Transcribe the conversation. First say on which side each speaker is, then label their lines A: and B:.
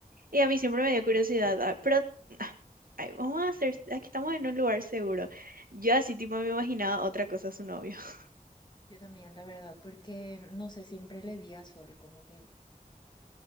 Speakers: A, on the right; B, on the left.
A: Y a mí siempre me dio curiosidad, ah, pero Ay, vamos a hacer, aquí estamos en un lugar seguro. Yo así tipo me imaginaba otra cosa a su novio. <laughs>
B: Yo también, la verdad, porque no sé, siempre le vi a Sol, como que